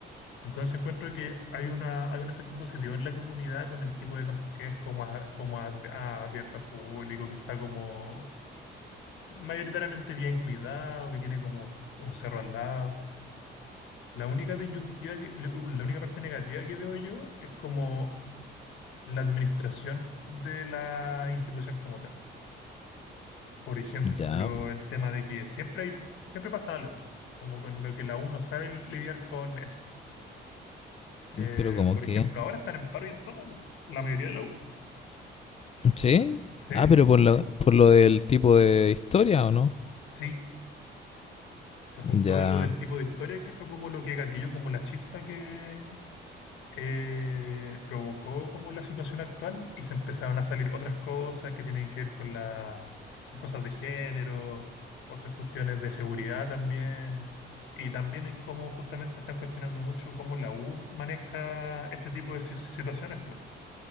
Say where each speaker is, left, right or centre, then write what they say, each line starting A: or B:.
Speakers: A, on the left; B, on the left.
A: Entonces encuentro que hay una, hay un efecto positivo en la comunidad con el tipo de campus que es como, a- como a- a- abierto al público, que está como mayoritariamente bien cuidado, que tiene como un cerro al lado. La única disyuntiva que- la única parte negativa que veo yo es como la administración de la institución como tal. Por ejemplo,
B: Ya,
A: el tema de que siempre hay, siempre pasa algo, como con lo que la U no sabe lidiar con eso. Eh,
B: pero como
A: por
B: que...
A: ejemplo, ahora están en paro y en toma la mayoría de la U.
B: ¿Sí?
A: Sí,
B: Ah, pero por lo, por lo del tipo de historia o no.
A: sí. Se juntó
B: Ya,
A: en lo del tipo de historia que fue como lo que gatilló, como la chispa que eh, provocó como la situación actual y se empezaron a salir otras cosas que tienen que ver con las cosas de género, otras cuestiones de seguridad también. Y también en cómo justamente están cuestionando mucho cómo la U maneja este tipo de si- situaciones, pues.